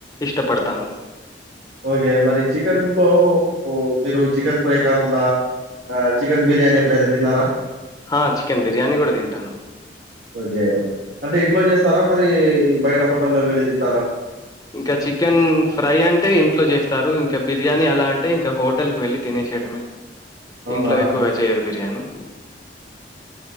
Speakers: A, on the left; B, on the right.
A: ఇష్టపడతాను
B: ఓకే మరి చికెన్ లో మీరు చికెన్ ఫ్రై కాకుండా చికెన్ బిర్యానీ ఎప్పుడైనా తిన్నారా
A: హ్మ్ చికెన్ బిర్యానీ కూడా తింటాను
B: ఓకే అంటే ఇంట్లో చేస్తారా మరి బయట హోటల్లోకి వెళ్ళి తింటారా
A: ఇంకా చికెన్ ఫ్రై అంటే ఇంట్లో చేస్తారు ఇంకా బిర్యానీ అలా అంటే ఇంకా హోటల్కి వెళ్ళి తినేసేయడమే
B: అవునా
A: ఇంట్లో ఎక్కువగా చేయరు బిర్యానీ